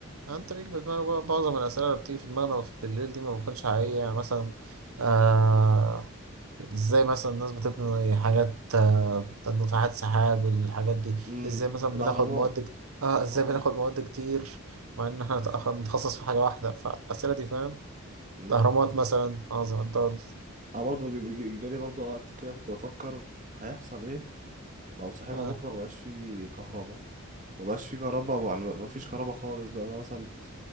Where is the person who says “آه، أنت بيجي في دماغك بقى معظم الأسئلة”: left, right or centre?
Right